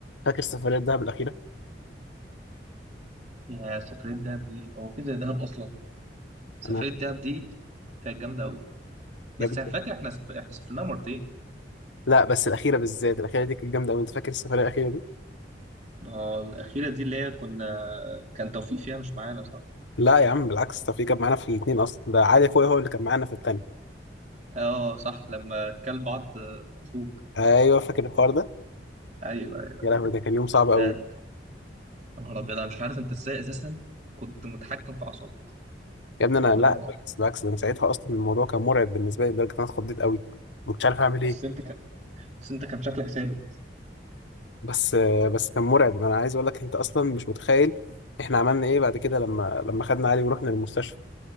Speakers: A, on the left; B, on the right.
A: فاكر السفرية دهب الأخيرة؟
B: يا سفرية دهب دي هو في زي دهب أصلا سفرية
A: أنا
B: دهب دي كانت جامدة أوي بس
A: يا ابني
B: أنا فاكر إحنا سفر... إحنا سافرنا مرتين
A: لا بس الأخيرة بالذات الأخيرة دي كانت جامدة أوي أنت فاكر السفرية الأخيرة دي؟
B: ما هو الأخيرة دي اللي هي كنا كان توفيق فيها مش معانا صح؟
A: لا يا عم بالعكس ده في كان معانا في الاتنين أصلا ده علي أخويا هو اللي كان معانا في التانية
B: أه صح لما كل بعض أخوك
A: أيوه فاكر الحوار ده؟
B: أيوه أيوه
A: يا لهوي ده كان يوم صعب أوي
B: ده يا نهار أبيض أنا مش عارف أنت إزاي أساسا كنت متحكم في أعصابك
A: يا ابني أنا
B: أمم.
A: لا بالعكس بالعكس ده أنا ساعتها أصلا الموضوع كان مرعب بالنسبة لي لدرجة إن أنا اتخضيت أوي ما كنتش عارف أعمل إيه
B: بس أنت كان بس أنت كان شكلك ثابت
A: بس بس كان مرعب أنا عايز أقول لك أنت أصلا مش متخيل إحنا عملنا إيه بعد كده لما لما خدنا علي ورحنا المستشفى